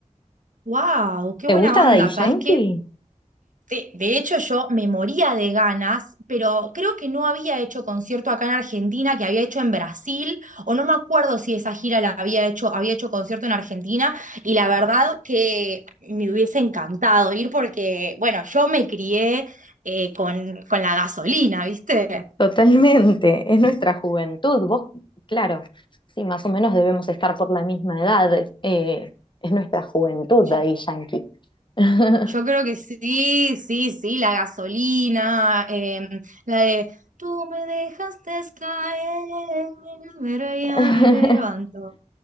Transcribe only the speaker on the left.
¿Te
gusta
Daddy Yankee?
Totalmente, es nuestra juventud, vos, claro, sí, más o menos debemos estar por la misma edad, eh, es nuestra juventud
Daddy Yankee. <laughs>
<laughs>